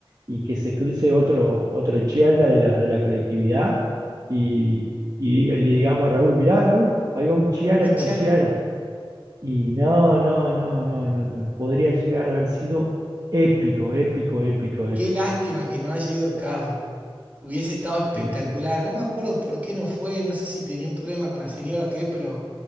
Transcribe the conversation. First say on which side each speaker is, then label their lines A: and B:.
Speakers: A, on the right; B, on the right.
A: y que se cruce otro, otro Chiara de la, de la colectividad y, y diga- le digamos a Raúl, mirá Raúl, ahí va un Chiara
B: Uy,
A: como
B: Chara,
A: Chiara. Y no, no, no, no, no, no, no. Podría llegar a haber sido épico, épico, épico, épico.
B: qué lástima que no haya ido Carlos. Hubiese estado espectacular.
A: Sí, sí.
B: No me acuerdo por qué no fue, no sé si tenía un problema con la señora o qué, pero